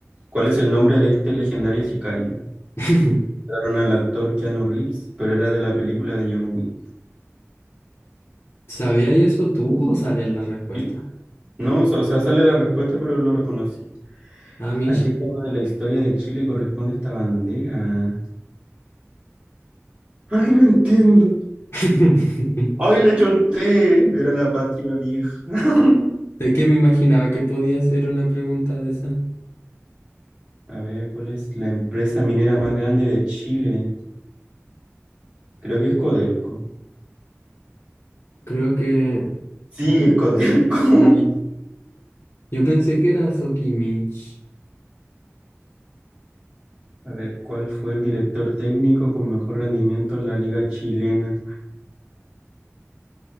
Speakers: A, on the right; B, on the left.
A: ¿cuál es el nombre de este legendario sicario?
B: <laughs>
A: Mataron al actor Keanu Reeves, pero era de la película de John Wick.
B: ¿Sabías eso tú o sale la respuesta?
A: Sí. No, o sea, o sea, sale la respuesta, pero lo reconocí.
B: Amish.
A: ¿A qué etapa de la historia de Chile corresponde esta bandera? Ay, no entiendo.
B: <laughs>
A: ¡Ay, le chunté, Era la patria vieja. <laughs>
B: ¿De qué me imaginaba que podía ser una pregunta de esa?
A: A ver, ¿cuál es la empresa minera más grande de Chile? Creo que es Codelco.
B: Creo que...
A: Sí,
B: A ver,
A: es Codelco. <laughs>
B: uy. Yo pensé que era Sokimich.
A: A ver, ¿cuál fue el director técnico con mejor rendimiento en la liga chilena?